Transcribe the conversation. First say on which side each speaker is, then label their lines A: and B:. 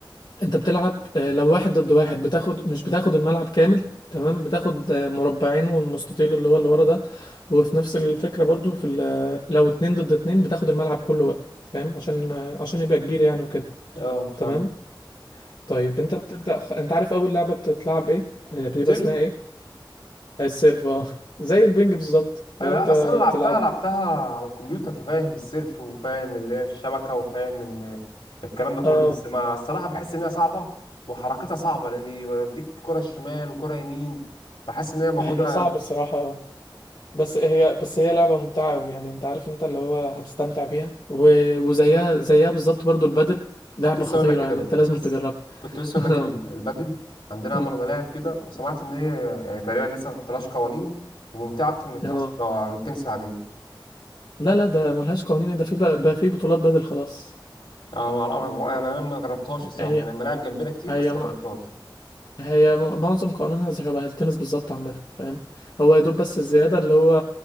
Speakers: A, on the left; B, on the left.
A: انت بتلعب آه، لو واحد ضد واحد بتاخد مش بتاخد الملعب كامل تمام بتاخد آه، مربعين والمستطيل اللي هو اللي ورا ده وفي نفس الفكرة برضو في ال- لو اتنين ضد اتنين بتاخد الملعب كله بقى فاهم عشان آه، عشان يبقى كبير يعني وكده
B: اه فهمت
A: تمام طيب انت بتبدأ خ... انت عارف اول لعبة بتتلعب ايه آه، بيبقى
B: سيرف
A: اسمها ايه آه، السيرف اه <laughs> زي البنج بالظبط لو
B: ايوه
A: انت
B: لا اصل انا لعبتها
A: بتلعب
B: لعبتها على الكمبيوتر ففاهم السيرف وفاهم اللي هي الشبكه وفاهم ان الكلام ده كله
A: اه
B: بس ما الصراحه بحس ان هي صعبه وحركتها صعبه لان يوديك كره شمال وكره يمين فحاسس ان هي موجوده
A: هي صعبة الصراحة اه بس هي بس هي لعبة ممتعة أوي يعني أنت عارف أنت اللي هو هتستمتع بيها و... وزيها زيها بالظبط برضو البادل لعبة
B: كنت لسه
A: خطيرة
B: اقول لك كده
A: يعني
B: بقى
A: أنت
B: كنت
A: لازم
B: لسه
A: تجربها
B: كنت
A: <laughs>
B: لسه اقول لك
A: اه
B: كده بقى البادل عندنا عملوا
A: م-
B: ملاعب كده وسمعت ان هي يعني تقريبا لسه ما حطلهاش قوانين وممتعه اكتر من التنس
A: اه
B: آه، من التنس العاديه
A: لا لا ده ملهاش قوانين ده في بقى, بقى في بطولات بادل خلاص
B: انا ما أعرف- انا ما جربتهاش الصراحه
A: هي
B: انا الملاعب جنبنا كتير
A: هي
B: بس
A: مع...
B: ما جربتهاش
A: هي م- معظم قوانينها زي شبه التنس بالظبط عامة فاهم هو يا دوب بس الزيادة اللي هو